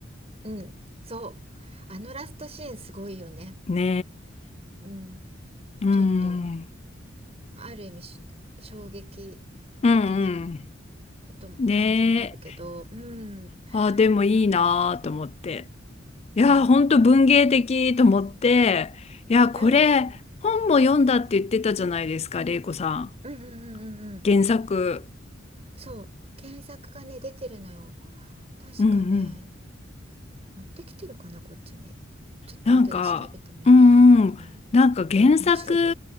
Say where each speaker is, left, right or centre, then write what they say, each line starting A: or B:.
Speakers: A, on the right; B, on the left.
A: んうんそうあのラストシーンすごいよね
B: ね
A: うん
B: え、うん、
A: ちょっと
B: うん
A: ある意味し衝撃的な
B: うん。
A: ことも感じもあるけどうん
B: ねえ、あ、でもいいなと思って。
A: なんかす、
B: いやー、
A: うん、
B: ほんと文芸的と思って、いやー、
A: うんうん
B: これ、本も読んだって言ってたじゃないですか、玲子さん。
A: うんうんうんうんうん
B: 原作。
A: そう検索がね出てるのよ確かね
B: うんうん。
A: 持ってきてるかな、こっちに。ちょっと後で調べてみようかな。
B: なんか、うんうん。
A: うん。
B: なんか原作
A: え、面白いよ。